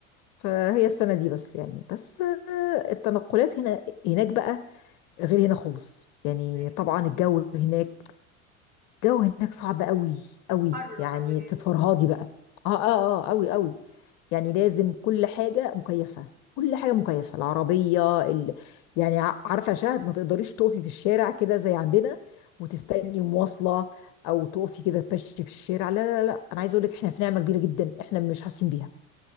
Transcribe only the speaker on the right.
ازاي
حر
حر جامد